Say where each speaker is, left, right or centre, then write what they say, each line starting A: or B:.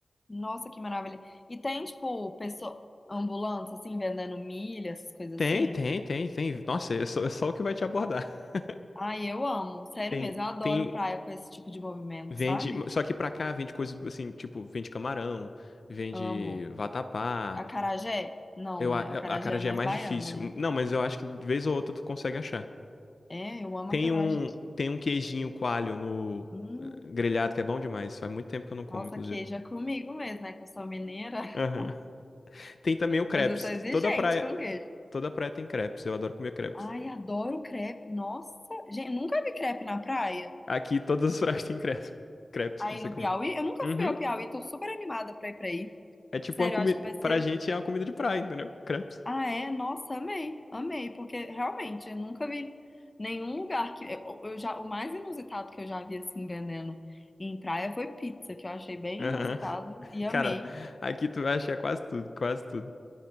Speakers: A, on the left (about 25°); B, on the left (about 60°).
A: nossa, que maravilha. E tem, tipo, pessoa, ambulância, assim, vendendo milha, essas coisas
B: Tem,
A: assim?
B: tem, tem, tem. Nossa, é só, é só o que vai te abordar. <laughs>
A: Ai, eu amo, sério
B: Tem,
A: mesmo, eu adoro
B: tem,
A: praia com esse tipo de movimento,
B: vende.
A: sabe?
B: Só que pra cá vende coisas assim, tipo, vende camarão, vende
A: Amo.
B: vatapá.
A: Acarajé? Não,
B: Eu,
A: né?
B: a,
A: Acarajé
B: a acarajé
A: é mais
B: é mais
A: baiano,
B: difícil.
A: né?
B: Não, mas eu acho que de vez ou outra tu consegue achar.
A: É, eu amo
B: Tem
A: acarajé.
B: um, tem um queijinho coalho no
A: Hum,
B: eh, grelhado que é bom demais. Faz muito tempo que eu não como,
A: nossa,
B: inclusive.
A: queijo é comigo mesmo, né? Que eu sou mineira, <laughs>
B: Aham. Tem também o crepes.
A: mas eu sou exigente
B: que Toda praia,
A: com queijo.
B: toda praia tem crepes. Eu adoro comer crepes.
A: Ai, adoro crepe. Nossa, gente, nunca vi crepe na praia.
B: Aqui todas as praias <laughs> têm crepes. Crepes
A: Aí
B: pra você
A: no
B: comer.
A: Piauí, eu nunca
B: Uhum.
A: fui ao Piauí, tô super animada pra ir pra aí.
B: É tipo
A: Sério,
B: uma comida.
A: eu acho que vai ser
B: Pra gente é uma comida de praia, entendeu? Crepes.
A: Ah, é? Nossa, amei, amei, porque realmente eu nunca vi nenhum lugar que eu, eu já o mais inusitado que eu já vi assim vendendo em praia foi pizza, que eu achei bem
B: Aham.
A: inusitado
B: <laughs>
A: e amei.
B: Cara, aqui tu vai achar quase tudo, quase tudo.